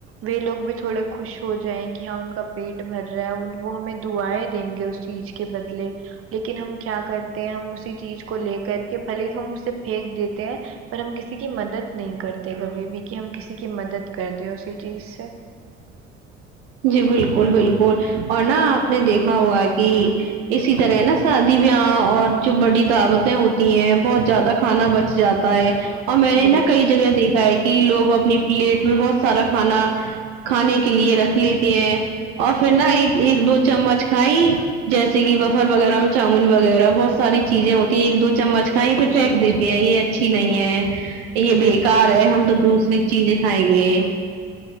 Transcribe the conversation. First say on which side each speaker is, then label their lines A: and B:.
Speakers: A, on the right; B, on the right.
A: وہ لوگ بھی تھوڑے خوش ہو جائیں کہ ہاں ان کا پیٹ بھر رہا ہے وہ ہمیں دعایں دیں گے اس چیز کے بدلے لیکن ہم کیا کرتے ہیں ہم اسی چیز کو لے کر کے بھلے ہی ہم اسے پھینک دیتے ہیں پر ہم کسی کی مدد نہیں کرتے کبھی بھی کہ ہم کسی کی مدد کرتے ہیں اسی چیز سے
B: جی بالکل بالکل اور نہ آپ نے دیکھا ہوگا کہ اسی طرح نا شادی بیاہ اور جو بڑی دعوتیں ہوتی ہیں بہت زیادہ کھانا بچ جاتا پا ۓ اور میں نے
A: بالکل
B: نا کئی جگہ دیکھا ہے کہ لوگ اپنی پلیٹ میں بہت سارا کھانا کھانے کے
A: جی
B: لیے رکھ
A: جی
B: لیتی ہیں اور پھر نہ ایک ایک دو چمچ کھائی جیسے کہ بفر وغیرہ میں چاؤمین وغیرہ بہت ساری چیزیں ہوتی ہیں ایک دو چمچ کا کہیں پہ پھینک
A: جی
B: دیتی
A: جی
B: ہیں یہ اچھی نہیں ہے یہ بےکار
A: بالکل صحیح
B: ہے
A: فرما
B: ہم تو دوسری
A: رہی ہیں آپ
B: چیزیں کھا ینگے